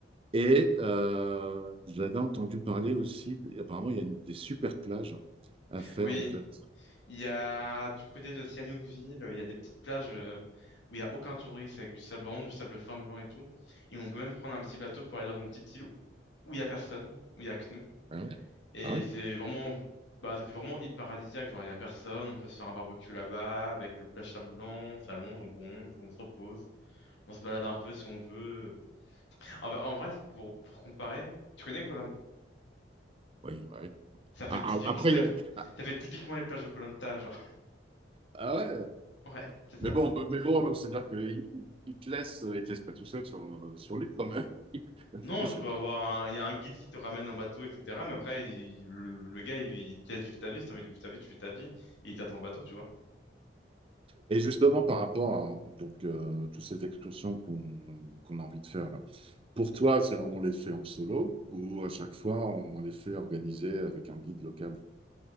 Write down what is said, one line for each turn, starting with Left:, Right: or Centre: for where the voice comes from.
Right: Et euh, j'avais entendu parler aussi. Apparemment, il y a une- des super plages à faire
Left: Oui,
Right: en fait.
Left: il y a du côté de Sihanoukville, il y a des petites plages euh, où il y a aucun touriste, avec du sable rond, du sable fin blanc et tout. Et on peut même prendre un petit bateau pour aller dans une petite île où il y a personne, où il y a que nous.
Right: Ah ouais?
Left: Et
Right: Ah ouais?
Left: c'est vraiment, bah, ça fait vraiment île paradisiaque. Genre, il n'y a personne, on peut se faire un barbecue là-bas avec le plage blanc, on s'allonge, on bronze, on se repose, on se balade un peu si on veut. En, en vrai, c'est pour, pour comparer, tu connais koh
Right: Oui, bah oui.
Left: Ça fait
Right: Ah,
Left: typique,
Right: ah, après,
Left: ça,
Right: il y a- ah,
Left: ça fait typiquement les plages de koh genre.
Right: ah ouais.
Left: <laughs> Ouais, c'est ça.
Right: Mais bon, bah, mais bon, c'est-à-dire qu'ils te laissent, ils te laissent pas tout seul sur, sur l'île quand même.
Left: Non,
Right: <laughs>
Left: tu peux avoir un, il y a un guide qui te ramène en bateau, etc. Mais après, il- le, le gars, il, il te laisse vivre ta vie. Si t'as envie de vivre ta vie, tu fais ta vie et il t'attend en bateau, tu vois.
Right: Et justement, par rapport à donc, euh, toutes ces excursions qu'on qu'on a envie de faire là. Pour toi, c'est- on les fait en solo ou à chaque fois on, les fait organiser avec un guide local?